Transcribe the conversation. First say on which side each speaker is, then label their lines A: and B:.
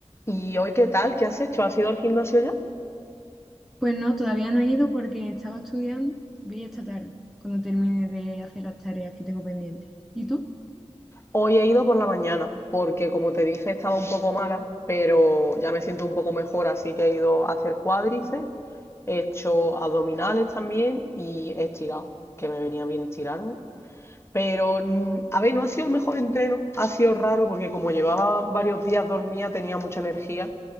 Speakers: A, on the left; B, in the centre.
A: ¿Y hoy qué tal? ¿Qué has hecho? ¿Has ido al gimnasio ya?
B: Pues no, todavía no he ido porque estaba estudiando, voy esta tarde, cuando termine de hacer las tareas que tengo pendientes. ¿Y tú?
A: Hoy he ido por la mañana, porque como te dije estaba un poco mala, pero ya me siento un poco mejor, así que he ido a hacer cuádriceps, he hecho abdominales también y he estirado, que me venía bien estirarme. Pero, mm, a ver, no ha sido el mejor entreno, ha sido raro porque como llevaba varios días dormida tenía mucha energía,